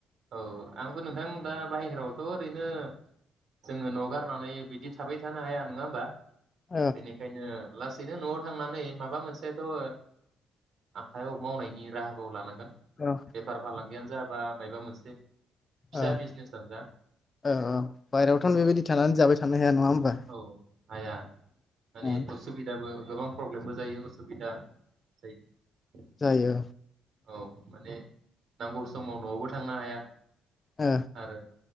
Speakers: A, on the right (about 65°); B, on the left (about 30°).
A: औ आंबो नोंथां दा बायहेरायावथ' रैनो जोङो न' न' गारनानै बिदि थाबाय थानो हाया नङा होमबा?
B: औ
A: बेनिखायनो लासैनो न'आव थांनानै माबा मोनसेथ' ओ आखाइयाव मावनायनि राहाखौ लानांगोन
B: औ
A: बेफार फालांगियानो जा बा माबा मोनसे फिसा
B: ओ-ओ-ओ-
A: बिजनेसानो जा
B: बायहेरायावथ' नों बेबायदि थानानै जाबाय। थानो हाया नङा होमबा
A: औ हाया माने
B: औ
A: उसुबिदाबो। गोबां प्रब्लेमबो जायो उसुबिदा जायो।
B: जायो
A: औ माने। नांगौ समाव न'आवबो थांनो हाया।
B: औ
A: आरो